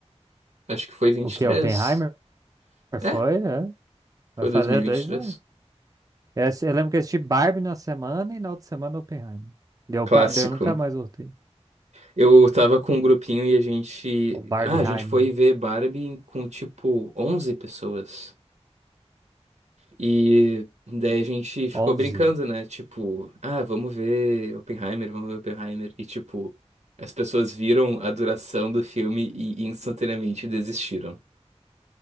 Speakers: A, on the right; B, on the right.
A: Acho que foi vinte
B: O que?
A: e três
B: Oppenheimer?
A: É,
B: Foi, é. Vai
A: foi
B: fazer
A: dois mil e vinte
B: dois
A: e três
B: anos. Eu, assi- eu lembro que eu assisti Barbie na semana e na outra semana Oppenheimer. Deu,
A: Clássico.
B: pa- deu nunca mais voltei.
A: Eu tava com um grupinho e a gente.
B: O Barbieheimer.
A: Ah, a gente foi ver Barbie em- com tipo 11 pessoas. E daí a gente ficou
B: onze
A: brincando, né? Tipo, ah, vamos ver Oppenheimer, vamos ver Oppenheimer. E tipo, as pessoas viram a duração do filme e instantaneamente desistiram.